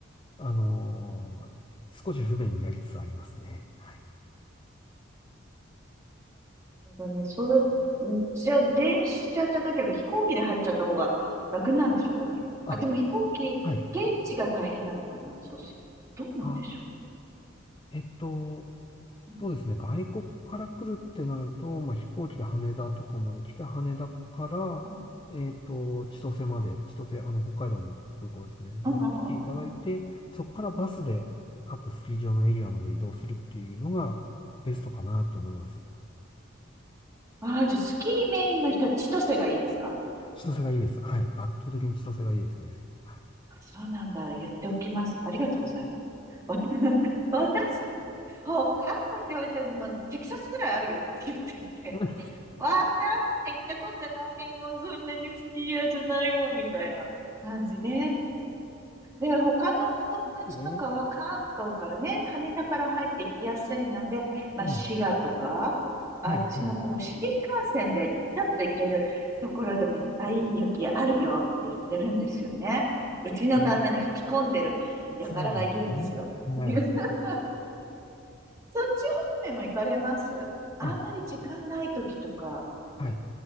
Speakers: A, on the left; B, on the right.
A: あのー少し不便になりつつありますね。はい。
B: なるほどね。そう、んじゃあ、電車じゃなければ飛行機で入っちゃった方が楽なんでしょうかね。
A: あ、
B: あ、でも飛行機、
A: はい。
B: 現地が大変なのかな。そうすると。どうなんでしょ
A: あー、えっと、
B: う。
A: そうですね。外国から来るってなると、まあ、飛行機で羽田とかまで来て、羽田から、
B: うん、
A: えっと、千歳まで、千歳、あの、北海道の空港ですね。まで来ていただいて、
B: うん、うん、うんうん
A: そこからバスで各スキー場のエリアまで移動するっていうのがベストかなと思います。
B: ああー、じゃあ、スキーメインの人は千歳がいいですか
A: 千歳がいいです。はい。圧倒的に千歳がいいですね。はい。
B: そうなんだ。言っておきます。ありがとうございます。わ <laughs> 私、北海道って言われて、もうテキサスぐらいあるよって言っていて、
A: <laughs>
B: わかんない、行ったことないもん、そんなにスキー屋じゃないもん、みたいな感じで。で、他のお友達とかは関東からね、
A: いいですね。
B: 羽田から入ってきやすいので、まあ、
A: ええ、
B: 滋賀とか、あっちのこう、
A: はい、はい。
B: 新幹線でちょっと行けるところでもいっぱい雪あるよって言ってるんですよね。うちの旦那に吹き込んでる輩がいるんですよ。
A: あそうですね。はい。
B: <laughs> そっち方面も行かれますあんまり時間ない時とか、
A: あ、はい。そ